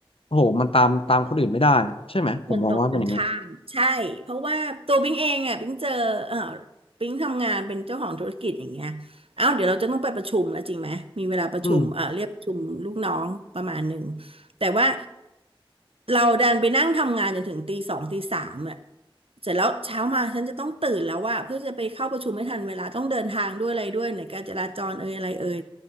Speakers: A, on the left; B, on the right.
A: โอ้โหมันตามตามคนอื่นไม่ได้อะใช่ไหมผมมองว่าเป็นอย่างเงี้ย
B: มันตรงกันข้ามใช่เพราะว่าตัวบิงเองอ่ะบิงเจอเออบิงทำงานเป็นเจ้าของธุรกิจอย่างเงี้ยเอ้าเดี๋ยวเราจะต้องไปประชุมแล้วจริงไหมมีเวลาประชุมเออเรียกประชุมลูกน้องประมาณหนึ่ง
A: อืม
B: แต่ว่าเราดันไปนั่งทำงานจนถึงตีสองตีสามอ่ะเสร็จแล้วเช้ามาฉันจะต้องตื่นแล้วว่าเพื่อจะไปเข้าประชุมไม่ทันเวลาต้องเดินทางด้วยอะไรด้วยไหนการจราจรเอ่ยอะไรเอ่ย